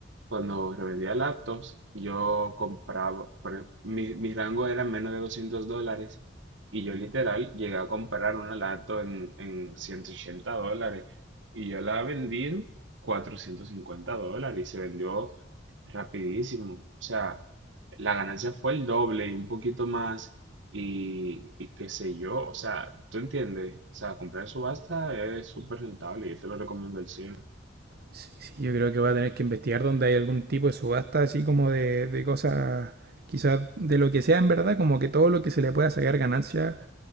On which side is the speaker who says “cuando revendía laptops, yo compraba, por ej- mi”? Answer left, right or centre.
Right